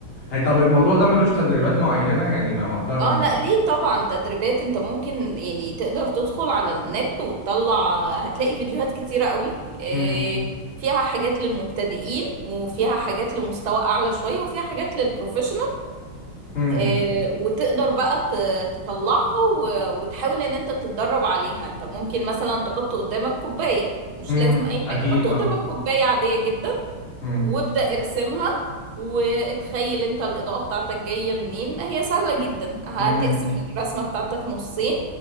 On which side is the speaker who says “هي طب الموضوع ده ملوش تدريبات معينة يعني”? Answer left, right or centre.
Left